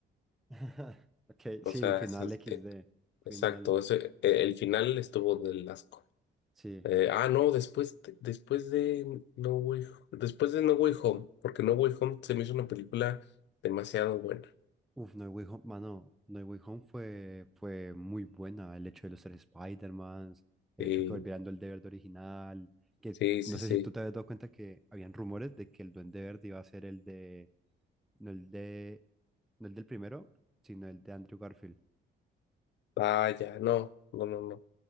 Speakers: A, in the centre; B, on the left (about 65°).
A: <laughs> Ok,
B: O
A: sí,
B: sea,
A: final
B: eso es-
A: equis
B: eh,
A: de Final,
B: exacto, ese, eh, el final estuvo del asco.
A: sí.
B: Eh, ah, no, después, de- después de No Way, después de No Way Home, porque No Way Home se me hizo una película demasiado buena.
A: Uf, No Way Home, mano, No Way Home fue, fue muy buena. El hecho de los tres Spider-Mans, el
B: Sí,
A: hecho que volvieran el Duende Verde original. Que
B: sí,
A: no
B: sí,
A: sé
B: sí.
A: si tú te habías dado cuenta que habían rumores de que el Duende Verde iba a ser el de. No el de. No el del primero, sino el de Andrew Garfield.
B: Vaya, no, no, no, no.